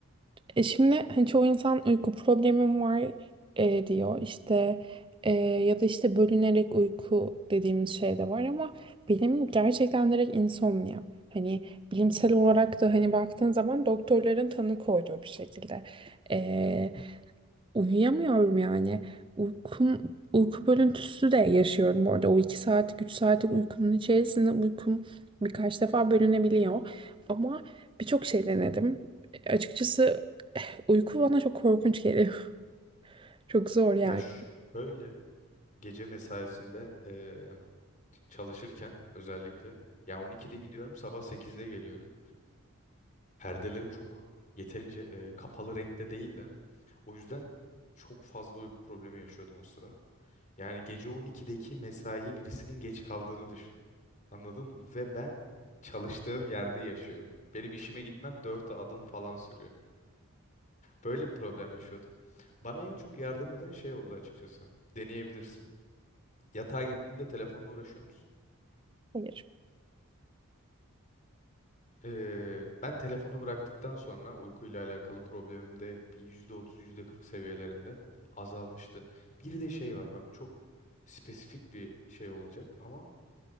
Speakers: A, on the right (about 20°); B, on the left (about 35°).
A: E şimdi hani çoğu insan uyku problemim var e, diyor işte e, ya da işte bölünerek uyku dediğimiz şey de var ama benim gerçekten direkt insomnia. Hani bilimsel olarak da hani baktığın zaman doktorların tanı koyduğu bir şekilde E, uyuyamıyorum yani uykum uyku bölüntüsü de yaşıyorum bu arada o iki saatlik üç saatlik uykumun içerisinde uykum birkaç defa bölünebiliyor ama birçok şey denedim açıkçası Uyku bana çok korkunç geliyor. <laughs> Çok zor yani.
B: ya ş- şöyle gece mesaisinde eee, çalışırken özellikle ya 12'de gidiyorum sabah 8'de geliyorum. Perdelerim çok yeterince eee, kapalı renkte değiller. O yüzden çok fazla uyku problemi yaşıyordum o sıra. Yani gece 12'deki mesaiye birisinin geç kaldığını düşün. Anladın mı? Ve ben çalıştığım yerde yaşıyorum. Benim işime gitmem 4 adım falan sürüyor. Böyle bir problem yaşıyordum. Bana en çok yardım eden şey oldu açıkçası. Deneyebilirsin. Yatağa girdiğinde telefonla uğraşıyor musun?
A: Hayır.
B: Ee, ben telefonu bıraktıktan sonra uykuyla alakalı problemim de bir %30, %40 seviyelerinde azalmıştı. Bir de şey var bak çok spesifik bir şey olacak ama